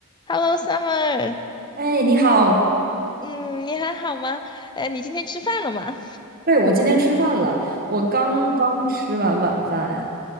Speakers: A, on the left; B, on the right.
A: Hello, Summer。
B: 哎，你好，
A: 嗯，你还好吗？哎，你今天吃饭了吗？
B: 对，我今天吃饭了，我刚刚吃完晚饭。